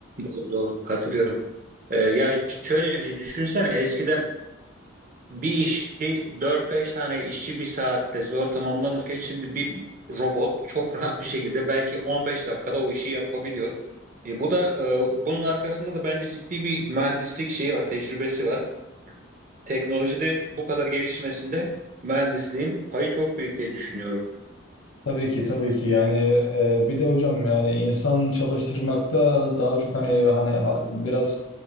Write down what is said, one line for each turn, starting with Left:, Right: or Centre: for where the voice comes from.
Right: Doğru doğru katılıyorum. Ee, ya şöyle bir şey düşünsene eskiden bir işi dört beş tane işçi bir saatte zor tamamlanırken şimdi bir robot çok rahat bir şekilde belki 15 dakikada o işi yapabiliyor. E, bu da e, bunun arkasında da bence ciddi bir mühendislik şeyi var, tecrübesi var. teknolojide bu kadar gelişmesinde mühendisliğin payı çok büyük diye düşünüyorum.
Left: Tabii ki tabii ki yani e, bir de hocam yani insan çalıştırmakta daha çok hani hani ha- biraz